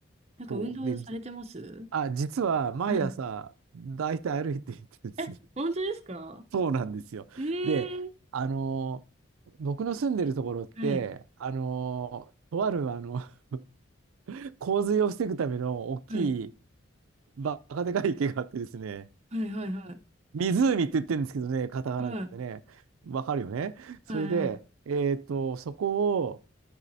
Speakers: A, on the right; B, on the right.
A: なんか運動されてます
B: そう。で、じあ、実は毎朝、
A: はい。
B: だいたい歩いていてですね
A: え、本当ですか
B: そうなんですよ。
A: ええ
B: で、あのー僕の住んでるところって、
A: はい、
B: あのーとあるあの <laughs> 洪水を防ぐための大きい
A: はい、
B: バカでかい池があってですね、
A: はい、はい、はい、
B: 湖って言ってるんですけどね、カタカナでね、
A: はい、
B: わかるよね。それで、
A: はい、はい。
B: えっと、そこを、